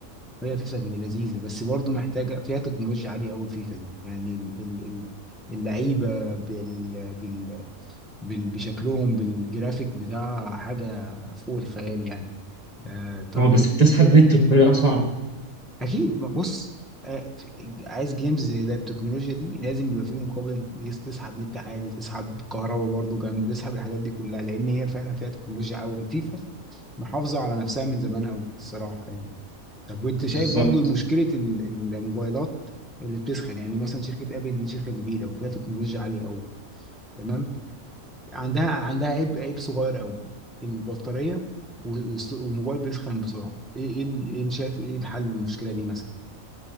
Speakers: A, in the centre; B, on the right.
A: هي فيفا لذيذة بس برضه محتاجة فيها تكنولوجيا عالية قوي الفيفا دي يعني ال- ال- ال- اللعيبة بال... بال... بال... بشكلهم بالجرافيك بتاع حاجة فوق الخيال يعني آه طب
B: هو بس بتسحب نت بطريقة صعبة
A: اكيد ما بص آه، في- عايز جيمز زي ده التكنولوجيا دي لازم يبقى فيه مقابل يس- تسحب نت عالي تسحب كهرباء برضه جامده تسحب الحاجات دي كلها لان هي فعلا فيها تكنولوجيا قوي فيفا محافظه على نفسها من زمان قوي الصراحه يعني طب وانت شايف
B: بالظبط
A: برضه مشكله ال- الموبايلات اللي بتسخن يعني مثلا شركه ابل دي شركه كبيره وفيها تكنولوجيا عاليه قوي تمام عندها عندها عيب عيب صغير قوي البطاريه و- والس- والموبايل بيسخن بسرعه ايه ايه ال- إيه شايف ايه الحل للمشكله دي مثلا